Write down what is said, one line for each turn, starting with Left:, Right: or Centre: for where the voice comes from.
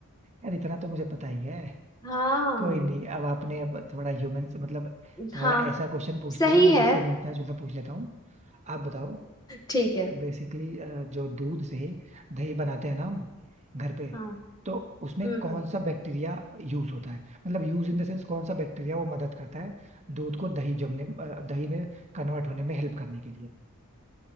Right: यार इतना तो मुझे पता ही है
Left: हाँ
Right: कोई नहीं अब आपने अब थोड़ा ह्यूमन मतलब
Left: हाँ
Right: थोड़ा ऐसा क्वेश्चन पूछ
Left: सही
Right: लिया है मैं भी
Left: है
Right: इससे मिलता जुलता पूछ लेता हूँ आप बताओ
Left: ठीक है
Right: बेसिकली जो दूध से दही बनाते हैं ना हम घर पे
Left: हाँ
Right: तो उसमें
Left: हम्म
Right: कौन सा बैक्टीरिया यूज होता है मतलब यूज इन द सेंस कौन सा बैक्टीरिया वो मदद करता है दूध को दही जमने अ, दही में कन्वर्ट होने में हेल्प करने के लिए